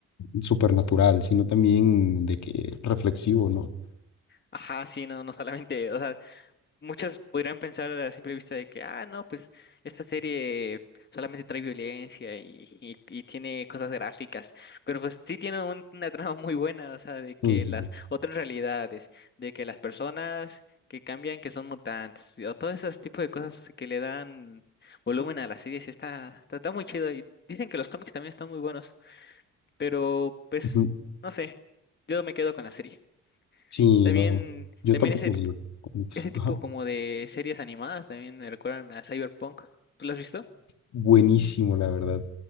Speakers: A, on the left; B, on the left.
A: supernatural, sino también de que reflexivo, ¿no?
B: ajá, sí, no no solamente, o sea. Muchos podrían pensar a simple vista de que, ah, no, pues esta serie solamente trae violencia y, y- y tiene cosas gráficas, pero pues sí tiene un- una trama muy buena, o sea, de que
A: Ujú,
B: las otras realidades, de que las personas que cambian, que son mutantes, y o todos esos tipos de cosas que le dan volumen a las series, está, está, está muy chido. Y dicen que los cómics también están muy buenos, pero pues,
A: ujú.
B: no sé, yo me quedo con la serie.
A: Sí,
B: También,
A: no, yo
B: también
A: tampoco
B: ese
A: digo cómics.
B: ese tipo
A: Ajá.
B: como de series animadas también me recuerdan a Cyberpunk. ¿Tú lo has visto?
A: Buenísimo, la verdad.